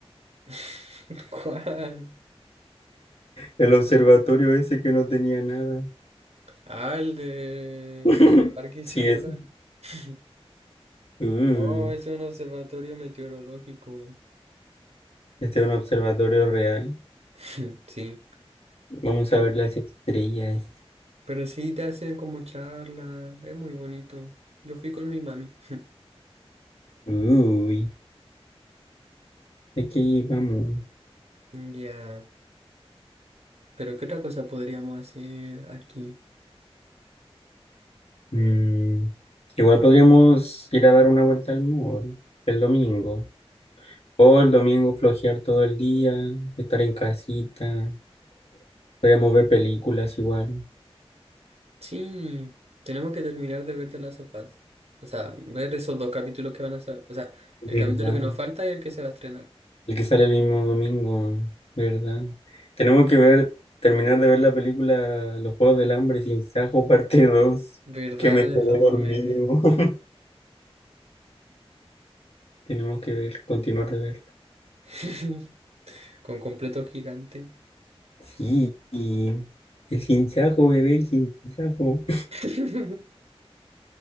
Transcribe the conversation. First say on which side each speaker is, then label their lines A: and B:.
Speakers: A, on the right (about 85°); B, on the left (about 70°).
A: <laughs> ¿Cuál?
B: El observatorio ese que no tenía nada.
A: Ah, el de
B: <laughs>
A: Parque Isidora.
B: Sí, ese.
A: <laughs>
B: Uh,
A: No, es un observatorio meteorológico.
B: este es un observatorio real.
A: <laughs> Sí.
B: Vamos
A: Pero,
B: a ver las estrellas.
A: pero sí te hacen como charla, es muy bonito. Yo fui con mi mami. <laughs>
B: Uy, aquí vamos.
A: Ya, pero ¿qué otra cosa podríamos hacer aquí?
B: Mm, Igual podríamos ir a dar una vuelta al mall el domingo. O el domingo flojear todo el día, estar en casita. Podríamos ver películas igual.
A: Sí, tenemos que terminar de ver The Last of Us. O sea, ver esos dos capítulos que van a salir. O sea,
B: ¿Verdad?
A: el capítulo que nos falta y el que se va a estrenar.
B: El que sale el mismo domingo, ¿verdad? Tenemos que ver, terminar de ver la película Los Juegos del Hambre sin Sajo, parte dos
A: ¿Verdad?
B: que me
A: La
B: quedé
A: dejamos
B: dormido.
A: a media.
B: <laughs> Tenemos que ver, continuar de verla.
A: <laughs> Con completo gigante.
B: Sí, y el sin Sajo, bebé, el sin Sajo.
A: <laughs>